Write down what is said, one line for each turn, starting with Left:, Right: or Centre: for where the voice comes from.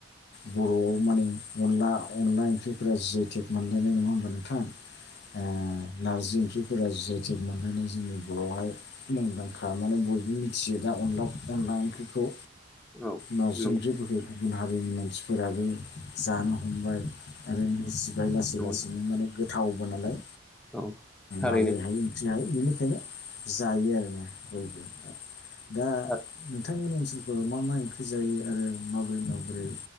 Left: बर'आव माने अनला अनला ओंख्रिफोरा जोब थिग मोनलायनाय नङा होमबा नोंथाङा ओ नारजि ओंख्रि फुरा जि आइ टेग मोननानै जोंनि बर'आवहाय मुंदांखा माने बयबो थियो दा अन अनला ओंख्रिखौ
Centre: औ
Left: नारजि
Centre: नंगौ
Left: ओंख्रिफोरखौ गुबुन हारिनि मानसिफोराबो जानो हमबाय आरो मिसिबाय लासै
Centre: नंगौ
Left: लासैनो
Centre: नोंथां
Left: माने गोथावबो नालाय
Centre: औ थारैनो
Left: माबायो हायो ओंख्रि हायो बेनिखायनो जायो आरोना बयबो दा दा
Centre: थार
Left: नोंथांमोननि ओनसोलफोराव मा मा ओंख्रि जायो आरो माबोरै माबोरै